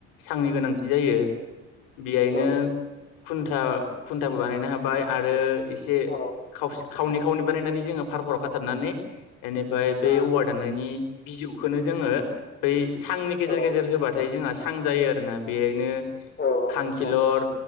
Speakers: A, on the left; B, on the left.
A: सांनि गोनांथि जायो। बेयायनो
B: औ
A: खुन्था खुन्थाबो बानायनो हाबाय आरो एसे
B: औ
A: खावसे खावनै खावनै बानायनानै जोङो फार- फाराव खाथाबनानै बेनिफ्राय बे
B: उम
A: औवा दाननायनि बिजौखोनो जोङो बै सांनि गेजेर
B: औ
A: गेजेर होबाथाय जोंहा सां जायो आरो ना बेहायनो
B: औ
A: खांखिलर,
B: औ